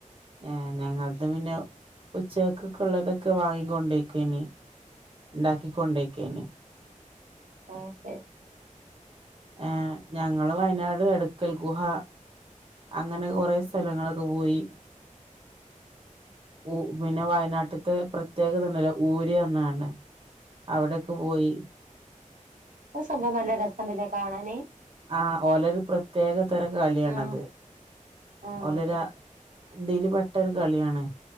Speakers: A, on the right (about 40°); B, on the right (about 80°).
A: ഏ ഞങ്ങൾത് പിന്നെ ഉച്ചക്കക്ക്ള്ളതൊക്കെ വാങ്ങി കൊണ്ടോയ്ക്കേനി ഉണ്ടാക്കി കൊണ്ടേയ്ക്കേനി
B: ആ ശെര്
A: ആ ഞങ്ങള് വയനാട് എടക്കൽ ഗുഹ അങ്ങനെ കൊറെ സ്ഥലങ്ങളൊക്കെ പോയി ഊ പിന്നെ വയനാട്ട് ത്തെ പ്രത്യേകതണ്ടല്ലോ ഊര്അർഞ്ഞാണ്ട് അവിടൊക്കെ പോയി
B: അത് സംഭവം നല്ല രസണ്ട്ലേ കാണാന്
A: ആ ഓലൊരു പ്രത്യേക തര കളിയണത്
B: ആഹ് ആഹ്
A: ഓലര
B: അതെ
A: ദില് പെട്ടൊരു കളിയാണ് ഉം